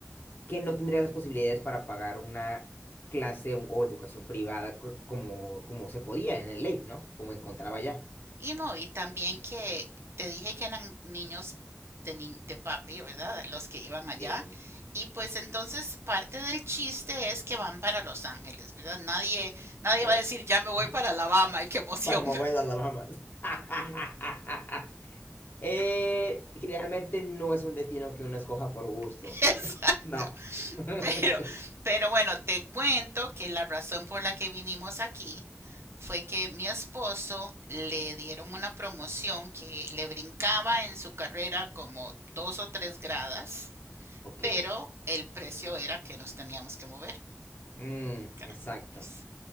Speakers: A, on the left; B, on the right.
A: que no tendrías las posibilidades para pagar una clase o, o educación privada co- como, como se podía en el ley, ¿no? Como encontraba ya.
B: Y no, y también que te dije que eran niños de, ni- de papi, ¿verdad? Los que iban allá.
A: Sí.
B: Y pues entonces parte del chiste es que van para Los Ángeles, ¿verdad? Nadie, nadie
A: O
B: va a decir, ya me voy
A: <laughs>
B: para Alabama y qué emoción
A: para Mobile Alabama. <laughs> Eh, generalmente no es un destino que uno escoja por gusto.
B: <laughs>
A: No. <laughs>
B: Pero, pero bueno, te cuento que la razón por la que vinimos aquí fue que mi esposo le dieron una promoción que le brincaba en su carrera como dos o tres gradas,
A: Ok.
B: pero el precio era que nos teníamos que mover
A: Mm,
B: acá.
A: exacto.
B: Es-